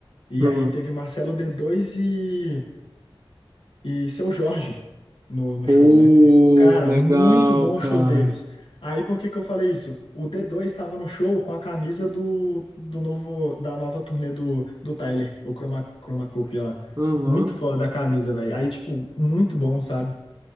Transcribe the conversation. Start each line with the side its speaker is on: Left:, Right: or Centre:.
Left: E
Right: aham.
Left: aí teve Marcelo d dois e... e Seu Jorge no, no
Right: Pô,
Left: show, né? Cara,
Right: legal,
Left: muito bom
Right: cara.
Left: o show deles. Aí por que que eu falei isso? O d dois estava no show com a camisa do, do novo da nova turnê do, do Tyler, o Chroma, Chromacopia lá.
Right: Aham,
Left: Muito foda a camisa, velho. Aí, tipo, muito bom, sabe?